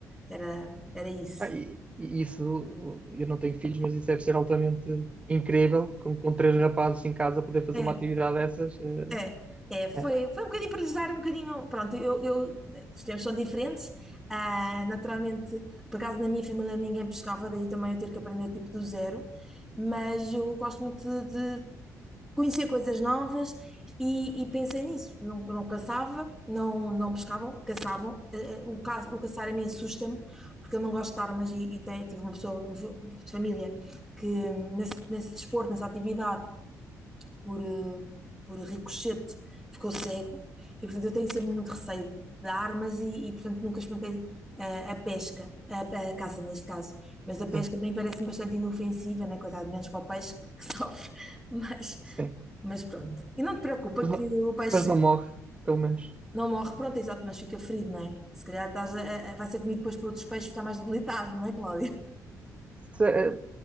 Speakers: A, in the centre; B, on the right (about 20°).
A: Era, era isso.
B: Ah, e, e isso, eu não tenho filhos, mas isso deve ser altamente incrível, com, com três rapazes em casa poder fazer
A: É.
B: uma atividade dessas. eh,
A: É, é, foi,
B: É,
A: foi um bocadinho para lhes dar um bocadinho. Pronto, eu, eu, os tempos são diferentes. ah, naturalmente, por acaso na minha família ninguém pescava, daí também eu ter que aprender tipo do zero. Mas eu gosto muito de, de conhecer coisas novas e, e pensei nisso. Não, não caçava, não, não pescavam, caçavam. Eh, eh, o, ca, o caçar a mim assusta-me, porque eu não gosto de armas e, e te- tive uma pessoa de família que nesse, nesse desporto, nessa atividade por, eh, por ricochete, ficou cego. E, portanto, eu tenho sempre muito receio de armas e, e, portanto, nunca experimentei eh, a pesca, a, a caça neste caso. Mas a pesca
B: sim,
A: também parece-me bastante inofensiva, né? Coitado, menos para o peixe que, que sofre. <laughs> Mas,
B: sim.
A: mas pronto. E não te preocupa
B: Mas
A: que
B: não,
A: o peixe
B: mas não morre, pelo menos.
A: não morre, pronto, exato, mas fica ferido, não é? Se calhar estás a- a- vai ser comido depois por outros peixes, está mais debilitado, não é, Cláudia?
B: Se- eh,